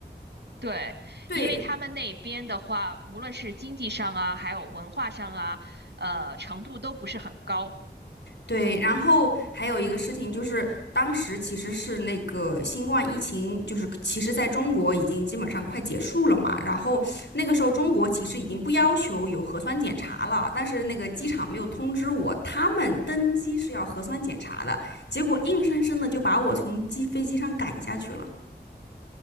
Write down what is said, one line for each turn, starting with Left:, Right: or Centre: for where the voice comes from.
Right: 对，
Left: 对
Right: 因为他们那边的话，无论是经济上啊，还有文化上啊，呃，程度都不是很高。
Left: 对，然后还有一个事情就是，当时其实是那个新冠疫情，就是其实在中国已经基本上快结束了嘛。然后那个时候中国其实已经不要求有核酸检查了，但是那个机场没有通知我，他们登机是要核酸检查的，结果硬生生的就把我从机飞机上赶下去了。